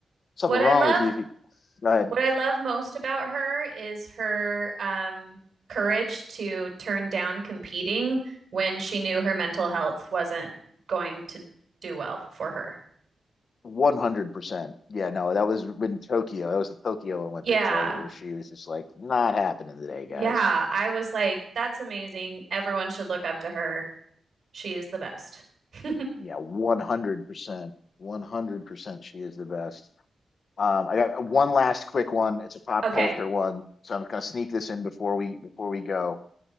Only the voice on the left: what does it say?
something
wrong
with you if you go ahead.
100%. Yeah, no, that was in Tokyo. That was the Tokyo Olympics,
right? Or she was just like, not happening today, guys.
Yeah, 100%. 100% she is the best. Um, I got one last quick one. It's a pop
culture one, so I'm gonna sneak this in before we before we go.